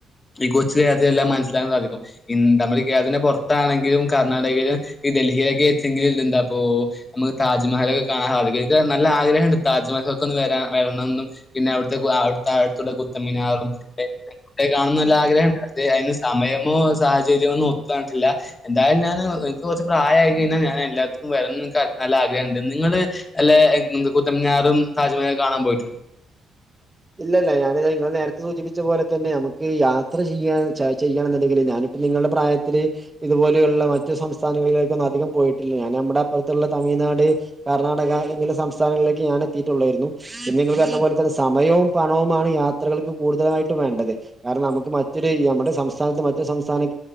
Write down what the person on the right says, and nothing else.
ഇല്ലില്ല ഞാന് നിങ്ങള് നേരത്തെ സൂചിപ്പിച്ച പോലെ തന്നെ നമുക്ക് യാത്ര ചെയ്യാൻ ചെയ്യണോന്നുണ്ടെങ്കില് ഞാനി നിങ്ങളുടെ പ്രായത്തില് ഇതുപോലെയുള്ള മറ്റു സംസ്ഥാനങ്ങളിലേക്കൊന്നും അധികം പോയിട്ടില്ല ഞാന് നമ്മുടെ അപ്പുറത്തുള്ള തമിഴ് തമിഴ്നാട് കർണ്ണാടക എന്നിങ്ങനെ സംസ്ഥാനങ്ങളിലേക്ക് ഞാൻ എത്തിയിട്ടുള്ളായിരുന്നു പിന്നെ നിങ്ങള് പറഞ്ഞ പോലെ തന്നെ സമയവും പണവുമാണ് യാത്രകൾക്ക് കൂടുതലായിട്ടും വേണ്ടത് കാരണം നമുക്ക് മറ്റൊരു നമ്മുടെ സംസ്ഥാനത്ത് മറ്റ് സംസ്ഥാന